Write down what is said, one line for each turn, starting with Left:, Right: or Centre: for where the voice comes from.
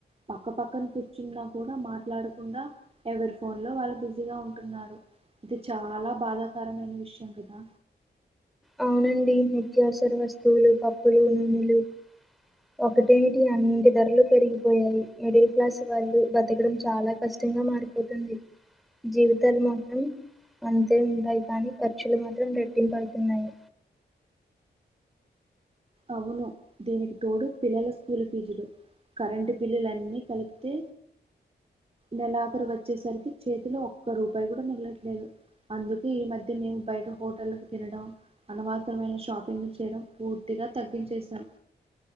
Right: పక్క పక్కన కూర్చున్నా కూడా మాట్లాడకుండా ఎవరు ఫోన్ లో వాళ్ళు బిజీగా ఉంటున్నారు ఇది చాలా బాధాకరమైన విషయం కదా
Centre: ఆవునండి నిత్యావసర వస్తువులు పప్పులు నూనెలు ఒకటేమిటి అన్నంటి ధరలు పెరిగిపోయాయి మిడిల్ క్లాస్ వాళ్ళు బతకడం చాలా కష్టంగా మారిపోతుంది జీవితాలు మాత్రం అంతే ఉంటాయి కానీ ఖర్చులు మాత్రం రెట్టింపు అవుతున్నాయి
Right: అవును దీనికి తోడు పిల్లల స్కూల్ ఫీజులు కరెంటు బిల్లులన్నీ కలిపితే నెలాఖరు వచ్చేసరికి చేతిలో ఒక్క రూపాయి కూడా మిగలట్లేదు అందుకే ఈ మధ్య మేము బయట హోటళ్కి తినడం అనవాతమైన షాపింగ్ చేయడం పూర్తి టిగా తగ్గించేసాం